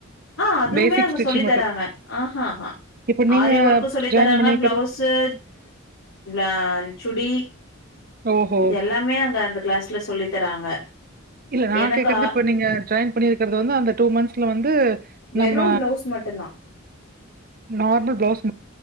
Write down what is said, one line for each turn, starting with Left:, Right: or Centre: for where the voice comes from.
Left: ஆ அதுவுமே
Right: பேசிக்
Left: அங்க
Right: ஸ்டிச்சிங்
Left: சொல்லி தராங்க
Right: மட்டும்.
Left: ஆஹ்ஹா
Right: இப்ப நீங்க
Left: ஆரி ஒர்க்க சொல்லி
Right: ஜாயின்
Left: தராங்க
Right: பண்ணியிருக்கிறது
Left: பிளவுஸ்ஸு ஆ சுடி
Right: ஓஹோ!
Left: இது எல்லாமே அங்க அந்த கிளாஸ்ல சொல்லி தராங்க
Right: இல்ல நான்
Left: எனக்கா
Right: கேக்குறது இப்ப நீங்க ஜாயின் பண்ணிருக்கிறது வந்து அந்த டூ மந்த்ஸ்ல வந்து
Left: வெறும்
Right: நம்ம
Left: பிளவுஸ் மட்டும் தான்
Right: நார்மல் பிளவுஸ்